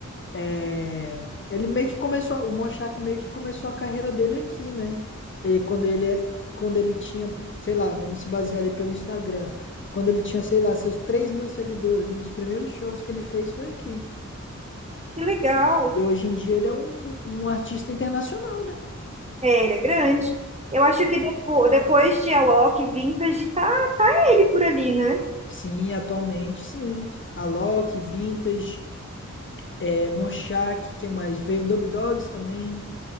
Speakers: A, on the left; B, on the right.
A: É, ele meio que começou, a- o Mochak meio que começou a carreira dele aqui, né? Ele, quando ele, quando ele tinha, sei lá, vamos se basear ali pelo Instagram. Quando ele tinha, sei lá, seus três mil seguidores, um dos primeiros shows que ele fez foi aqui.
B: Que legal.
A: E hoje em dia ele é um, um artista internacional, né?
B: É, ele é grande. Eu acho que depo depois de Alok, Vintage, tá ele por ali, né?
A: Sim, atualmente, sim. Alok, Vintage, é, Mochak, que mais? Veio Dub Dogs também.